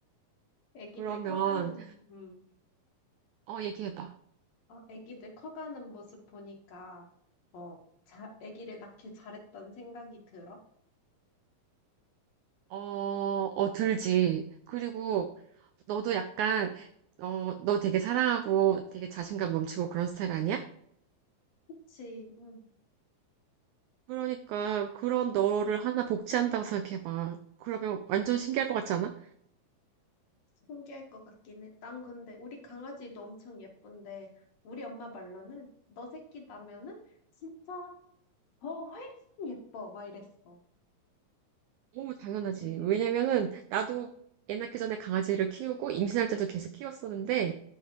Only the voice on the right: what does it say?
그러면,
어, 얘기해봐.
어, 어, 들지. 그리고 너도 약간, 어, 너 되게 사랑하고 되게 자신감 넘치고 그런 스타일 아니야?
그러니까 그런 너를 하나 복제한다고 생각해봐. 그러면 완전 신기할 것 같지 않아?
오, 당연하지.
왜냐면은 나도 애 낳기 전에 강아지를 키우고 임신할 때도 계속 키웠었는데